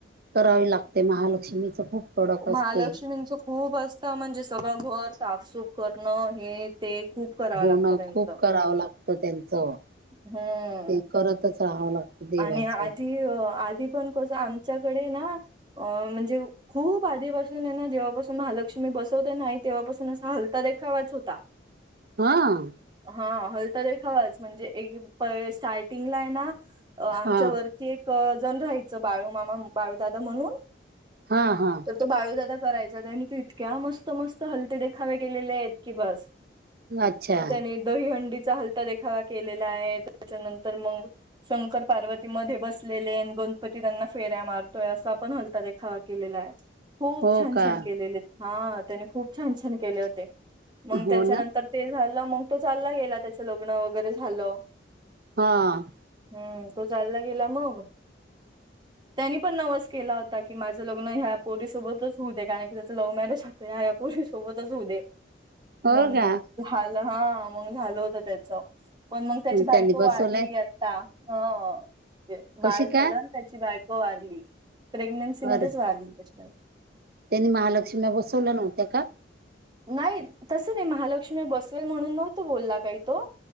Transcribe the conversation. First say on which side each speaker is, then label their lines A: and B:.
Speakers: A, on the right; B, on the right.
A: करावी लागते. महालक्ष्मीच खूप कडक असते.
B: महालक्ष्मींचं खूप असत म्हणजे सगळं घर, साफसूफ करणं हे ते खूप. करावं
A: हो
B: लागतं
A: ना
B: त्यांचं
A: खूप करावं लागत त्यांचं,
B: हम्म
A: ते करतच राहावं लागतं. देवाचं.
B: आणि आधी अ आधी पण कसं आमच्याकडे ना अ म्हणजे खूप आधीपासून आहेना जेव्हापासून महालक्ष्मी बसवते ना, आई तेव्हापासून असा हलता देखावाच होता.
A: हां.
B: हां.. हलता देखावाच म्हणजे, स्टार्टिंगला आहे ना आमच्यावर.
A: हां.
B: ते एक जण राहायचं बाळू मामा, बाळूदादा म्हणून.
A: हां हां.
B: तर तो बाळूदादा करायचा त्यांनी तर, इतक्या मस्त मस्त हलते देखावे केलेले आहेत की बस.
A: अच्छा.
B: त्याने. दहीहंडीचा हलता देखावा केलेला आहे, त्याच्यानंतर मग शंकर. पार्वती मध्ये बसलेली आहे अन गणपती त्यांना फेर्या मारतोय असा पण हलता देखावा केलेला आहे. खूप
A: हो
B: छान
A: का?
B: छान केलेलेत हा त्याने, खूप छान छान केले होते मग
A: हो
B: त्याच्यानंतर.
A: ना.
B: ते झालं मंग तो चालला गेला त्याच लग्न वगैरे झालं.
A: हां.
B: हम्म. तो चालला गेला मग, त्यानी पण नवस. केला होता की माझं लग्न, ह्या पोरीसोबतच होऊ दे कारण की त्याचं लव मॅरेज होतं. ते या या पोरी सोबतच होऊ दे
A: हो
B: मंग
A: का?
B: झालं हा मग झालं होत त्याचं, पण मग त्याची बायको
A: त्यांनी बसवलंय
B: वारली‌ आता. ता हं म्हणजे
A: कशी
B: बाळ झालं
A: काय
B: अनं, त्याची बायको वारली. प्रेग्नेन्सी मध्येच
A: अरे
B: वारली त्याची बायको.
A: त्यांनी महालक्ष्मी ल्या, बसवल्या नव्हत्या का.
B: नाही तसं नाही महालक्ष्मीया बसवेल म्हणून नव्हतं बोलला काही तो.